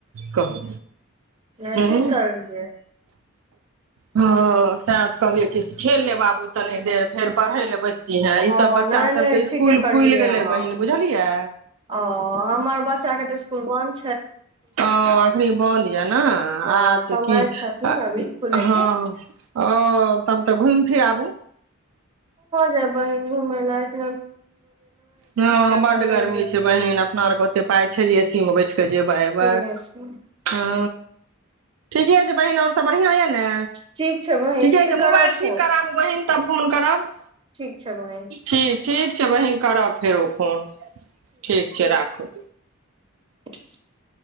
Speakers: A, on the right (about 75°); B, on the right (about 25°).
A: कहु
B: नहि
A: हं
B: ठीक करलियै
A: हँ तैंत कहलियै कि खेल लेय बाबू तनि देर फेर पढ़ै ले बैस ह ई
B: हँ
A: सब बच्चा
B: नहि
A: सबके
B: नहि
A: इसकुल
B: ठीके करलियै
A: खुल गेलै
B: अहाँ
A: बहिन बुझलियै
B: ओ हमर बच्चा के तऽ इसकुल बंन्द
A: आ अखनि बन्द या न
B: हँ
A: आछ
B: समय
A: की
B: छथिन
A: हँ
B: अभी खुले के
A: ओ तब तऽ घुम फिर आबु
B: जेब बहिन घुमै ल
A: हँ बड
B: स
A: गर्मी
B: नहि जेब
A: छै बहिन अपना आरके ओते पााय छै जे एसी मे बैठ के जेबै एबै
B: से
A: हँ ठीके छै बहिन आओर सब बढ़िआँ यऽ ने
B: ठीक छै बहिन
A: ठीके
B: फिर
A: छै
B: करब
A: मोबाइल ठीक
B: फोन
A: करबु बहिन तऽ फोन करब
B: ठीक छै बहिन
A: ठीक ठीक छै बहिन करब फेरो फोन ठीक छै राखू
B: <inaudible>